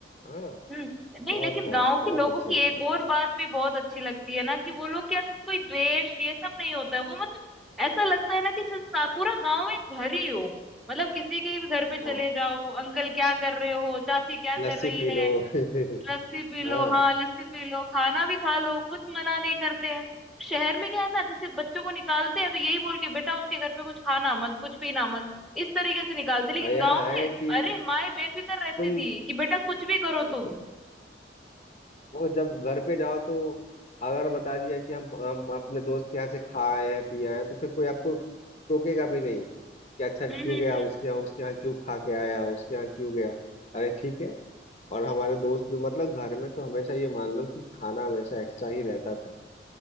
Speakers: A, on the left (about 35°); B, in the centre.
A: हाँ
B: हम्म नहीं
A: बहुत
B: लेकिन गांव
A: बहुत
B: के
A: बहुत
B: लोगों
A: अच्छे
B: की
A: इंसान
B: एक और
A: है
B: बात भी बहुत अच्छी लगती है ना कि वो लोग के अंदर कोई द्वेष ये सब नहीं होता है वो मतलब ऐसा लगता है ना कि संसा- पूरा गांव एक घर ही हो मतलब किसी के भी घर पे चले
A: हाँ
B: जाओ अंकल क्या कर रहे हो चाची क्या कर
A: लस्सी
B: रही
A: पी
B: है
A: लो <laughs>
B: लस्सी
A: हाँ
B: पी लो हाँ लस्सी पी लो खाना भी खा लो कुछ मना नहीं करते हैं शहर में क्या है ना जैसे बच्चों को निकालते हैं तो यही बोल के बेटा उसके घर पे कुछ खाना मत कुछ पीना मत इस तरीके से निकालते लेकिन
A: और यहाँ
B: गांव
A: है
B: में
A: कि
B: अरे माए बेफिक्र रहती
A: तुम
B: थी कि बेटा कुछ भी करो
A: बिल्कुल
B: तुम
A: वो जब घर पे जाओ तो अगर बता दिया कि हम हम अपने दोस्त के यहाँ से खा आए हैं पी आए हैं तो फिर कोई आपको टोकेगा भी नहीं कि अच्छा क्यों
B: हम्म हम्म,
A: गया उसके यहाँ उसके यहाँ क्यों खा के आया उसके यहाँ क्यों गया अरे ठीक है और हमारे दोस्त भी मतलब घर में तो हमेशा ये मान लो कि खाना हमेशा एक्स्ट्रा ही रहता था